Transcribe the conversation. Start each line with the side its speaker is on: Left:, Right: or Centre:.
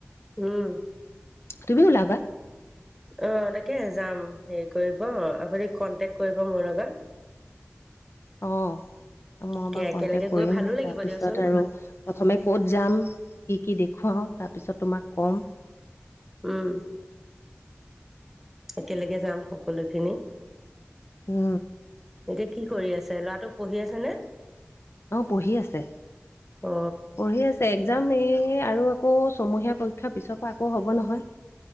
Centre: উম।
Left: তুমি ওলাবা।
Centre: অ তাকে যাম হেৰি কৰিব আপুনি কনটেক কৰিব মোৰ লগত। <inaudible>
Left: অ। মই
Centre: এতিয়া
Left: বাৰু কন্টেক
Centre: একেলগে
Left: কৰিম
Centre: গৈ ভালো লাগিব
Left: তাৰপিছত
Centre: দিয়কচোন
Left: আৰু প্ৰথমে ক'ত যাম। কি কি দেখুৱাওঁ তাৰপিছত তোমাক ক'ম।
Centre: উম একেলগে যাম সকলোখিনি।
Left: উ।
Centre: এতিয়া কি কৰি আছে ল'ৰাটোক পঢ়ি আছে নে?
Left: অ পঢ়ি আছে।
Centre: অ
Left: পঢ়ি আছে একজাম এ এ আৰু আকৌ ছমহীয়া পৰীক্ষাৰ পিছৰ পৰা আকৌ হ'ব নহয়।